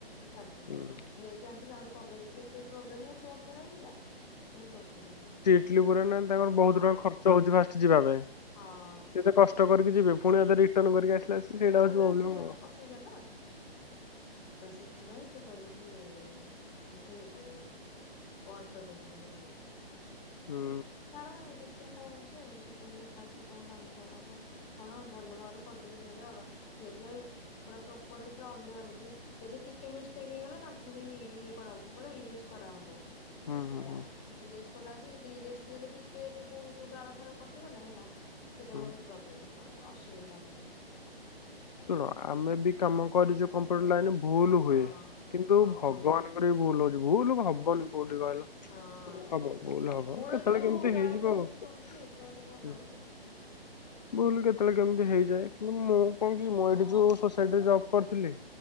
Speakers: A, on the left; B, on the left.
A: ସାର୍ଟିଫିକେଟ୍
B: ହୁଁ।
A: ନେଇକି ଆସିକି ଆହୁରି କଲେଜ୍ କେତେ ପ୍ରୋବ୍ଲେମ୍ ଜାଣିଚ ଗୋଟେ ଥର ହେଇଥିଲା ବହୁତ ଅସୁବିଧା ହେଇଥିଲା।
B: <unintelligible> ଗୁରା ନା ତାଙ୍କର ବହୁତ
A: ହଁ
B: ଟଙ୍କା ଖର୍ଚ୍ଚ ହଉଛି ଫାଷ୍ଟ ଯିବା ପାଇଁ।
A: ହଁ
B: ସେ ତ କଷ ଷ୍ଟ କରିକି ଯିବେ। ପୁଣି ଆଉଥରେ ରିଟର୍ଣ୍ଣ କରିକି ଆସିଲା ଆସିକି
A: ଆଉ ରିଟର୍ଣ
B: ସେଇଟା ହଉଚୁ
A: କରି
B: ପ୍ରୋବ୍ଲେମ୍।
A: <unintelligible> ନା? ତ ସେଥିପାଇଁ ସେ କହିଲେ କି ଏମିତି ହେଇପାରିବନି। ବନ୍ଦ କରିଦେଇଥିଲେ ସେଥିପାଇଁ,
B: ହୁଁ
A: ଛାଡ ଦେଖିଆ କଣ ହଉଛି ଆଉ ସେତେବେଳେ ଦେଖା ଅଛି କଣ କାମ କରା ହବ। କଣ ଭଲ ଭାବରେ କରିଦେଇକି ଦେ ଯାହା ହେଲା ସେଥିପାଇଁ ପୁରା ପ୍ରପରଲି ପୁରା ଅନା ଅନି ପୁରି ଯଦି ଟିକେ ମିଷ୍ଟେକ୍ ହେଇଗଲା ତାକୁ ପୁଣି ଇଏ କରାହବ, କଣ କହିଲ ଇରେଜ୍ କରାହବ।
B: ହୁଁ ହୁଁ
A: ହେଲା।
B: ହୁଁ
A: ଇରେଜ୍ କଲା ଯଦି ଇରେଜ୍ ଯଦି ଟିକେ ବି କୋଉ ଯୋଉ ଗାର ଫାର କଟିଗଲା ହେଲା, ସେଇଟା
B: ହୁଁ।
A: ଗୋଟେ ପ୍ରୋବ୍ଲେମ୍ ମାନେ ଅସୁବିଧା ବହୁତୁ।
B: ଶୁଣ ଆମେ ବି କାମ କରିଚୁ କମ୍ପ୍ୟୁଟର ଲାଇନ୍ ରେ ଭୁଲ
A: ହଁ
B: ହୁଏ। କିନ୍ତୁ
A: ହଁ
B: ଭଗବାନ ତାଙ୍କର ଭୁଲ ହଉଚି, ଭୁଲ ହବନି କୋଉଠି କହିଲ?
A: ହଁ।
B: ହବ ଭୁଲ ହବ
A: ମୋର
B: କେତେବେଳେ
A: କିନ୍ତୁ
B: କେମିତି
A: ଗାଳି
B: ହେଇଯିବ
A: ଟା ଯୋଉ
B: ହୁଁ,।
A: ଶୁଣୁଛି ଏଥିପାଇଁ ଟିକେ ଭଲ ଲାଗୁନି ଆଉ।
B: ବୁଲ କେତେବେଳେ କେମିତି ହେଇଯାଏ କିନ୍ତୁ ମୁଁ କଣ କି ମୁଁ ଏଠି ଯୋଉ ସୋସାଇଟିରେ ଜବ୍ କରିଥିଲି।